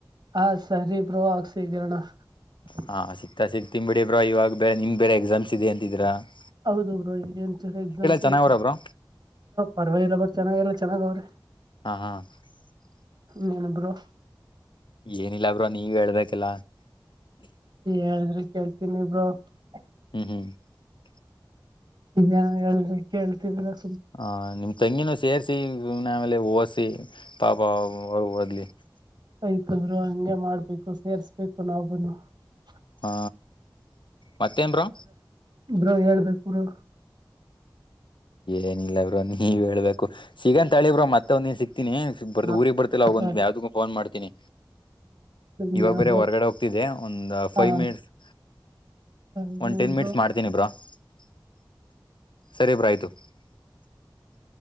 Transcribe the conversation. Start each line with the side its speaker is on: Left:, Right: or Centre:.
Right: ಹ ಸರಿ ಬ್ರೋ ಸಿಗತನೇ ಅಣ್ಣ? <unintelligible>
Left: ಹಾ ಸಿಗ್ತ ಸಿಕ್ತಿನ ಬಿಡಿ ಬ್ರೋ ಇವಾಗ ಬೇರೆ ನಿಮ್ಮ ಬೇರೆ ಎಕ್ಸಾಮ್ಸ್ ಇದೆ ಅಂತಿದ್ರಾ? <unintelligible>
Right: ಹೌದು ಬ್ರೋ ಈಗ ಏನ್ ಚಲೋ ಎಕ್ಸಾಮ್ಸ್
Left: ಚೆನ್ನಾಗವ್ರ
Right: ಐತೆ
Left: ಬ್ರೋ
Right: ಪರ್ವಾಗ ಇಲ್ಲ ಬ ಚೆನ್ನಾಗಲ್ಲ <unintelligible> ಚೆನ್ನಾಗ ಅವರೇ <unintelligible>
Left: ಹಾ ಹಾ <unintelligible>
Right: ನೀನು ಬ್ರೋ? <unintelligible>
Left: ಏನಿಲ್ಲ ಬ್ರೋ ನೀವೇ ಹೇಳ್ಬೇಕ ಎಲ್ಲಾ? <unintelligible>
Right: ಹೇಳಿದ್ರೆ ಕೇಳ್ತೀನಿ ಬ್ರೋ? <unintelligible>
Left: ಹೂ <unintelligible>
Right: ನಿಜಾ ಹೇಳಿದರ ಕೇಳ್ತಿ ಬ್ರೋ? <unintelligible>
Left: ಆ ನಿಮ್ಮ ತಂಗಿನೂ ಸೇರ್ಸಿ ನವ ಅಲ್ಲಿ ಓದಸಿ. <unintelligible> ಪಾಪಾ ಅವರ ಮಗಾ ಓದಲಿ. <unintelligible>
Right: ಆಯ್ತ ಅವರು ಹಂಗೆ ಮಾಡ್ಬೇಕು ಸೇರ್ಸ್ಬೇಕು ನಾವು ನು <unintelligible>
Left: ಹ ಮತ್ತೇನ್ರಿ
Right: ಬ್ರ ಹೇಳ್ಬೇಕುರು
Left: ಏನಿಲ್ಲ ಬ್ರೋ ನೀವ್ ಹೇಳ್ಬೇಕು ಸಿಗಂತ ತಳಿಬ್ರ ಮತ್ತೆ ಮತ್ತ ಒಂದನ್ ಸಿಕ್ತೀನಿ ಬರ್
Right: ಹ
Left: ಊರಿಗೆಗ್ ಬರ್ತಿಲ್ಲ ಅವೋಗ
Right: ಹ
Left: ಯಾವ್ದ ಫೋನ್ ಮಾಡ್ತೀನಿ
Right: ಇನ್ನೇನು
Left: ಇವಾಗ ಬೇರೆ
Right: ಬ್ರೋ
Left: ಹೊರಗಡೆ ಹೋಗ್ತಿದ್ದೆ ಒಂದ ಫೈವ್
Right: ಹ
Left: ಮಿನಿಟ್ <unintelligible>
Right: ಇನ್ನೇನು
Left: ಒಂದ ಟೆನ್ ಮಿನಿಟ್ಸ್
Right: ಬ್ರೋ
Left: ಮಾಡ್ತೀನಿ ಬ್ರೋ <unintelligible> ಸರಿ ಬ್ರೋ ಆಯ್ತು. <unintelligible>